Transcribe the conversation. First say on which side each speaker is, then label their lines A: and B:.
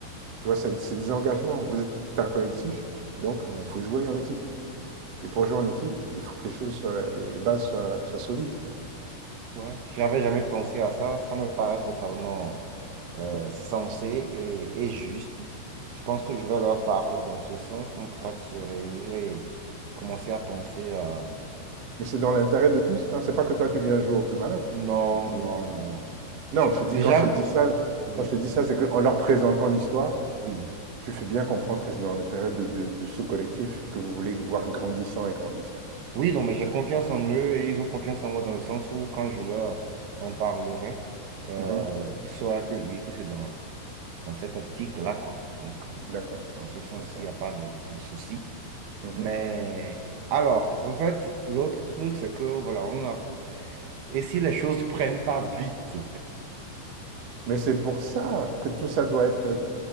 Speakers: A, on the right; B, on the right.
A: Tu vois, c'est des engagements. Vous êtes un collectif, donc
B: Ouais,
A: il faut jouer en équipe. Et pour jouer en équipe, il faut que les choses soient, les bases soient, soient solides, quoi.
B: Ouais, j'avais jamais pensé à ça. Ça me paraît totalement euh,
A: Il faut que...
B: sensé et, et juste. Je pense que je vais leur parler dans ce sens. On pourra se réunir et commencer à penser à...
A: Mais c'est dans l'intérêt de tous. Hein. C'est pas que toi tu viens jouer au plus malin.
B: Non,
A: Tu... Mais...
B: non, non.
A: Non,
B: Je peux
A: je
B: déjà...
A: te dis quand je te dis ça,
B: Oui,
A: quand je te dis ça, c'est qu'en leur présentant l'histoire,
B: oui.
A: Tu fais bien comprendre que c'est dans l'intérêt de, de- de ce collectif que vous voulez voir grandissant et grandissant.
B: Oui, non, mais j'ai confiance en eux et ils ont confiance en moi dans le sens où quand je leur en parlerai, euh,
A: Mhm.
B: ils sauront que oui, que c'est dans, dans cette optique-là, quoi. Donc, euh,
A: D'accord,
B: dans ce sens,
A: d'accord.
B: il n'y a pas de, de souci.
A: Mhm.
B: Mais alors, en fait, l'autre truc, c'est que, voilà, on a... Et si les choses prennent pas vite?
A: Mais c'est pour ça que tout ça doit être, euh,